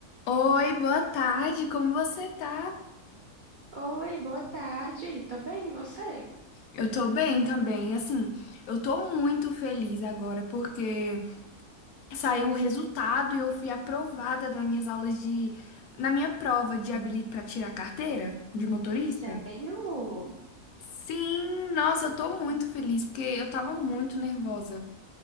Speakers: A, on the left (about 80°); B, on the right (about 65°).
A: Oi, boa tarde, como você tá?
B: Oi, boa tarde. Tô bem, e você?
A: Eu tô bem também, assim, eu tô muito feliz agora porque saiu o resultado e eu fui aprovada nas minhas aulas de, na minha prova de habili... para tirar carteira de motorista.
B: Sério?
A: Sim, nossa, eu tô muito feliz porque eu tava muito nervosa.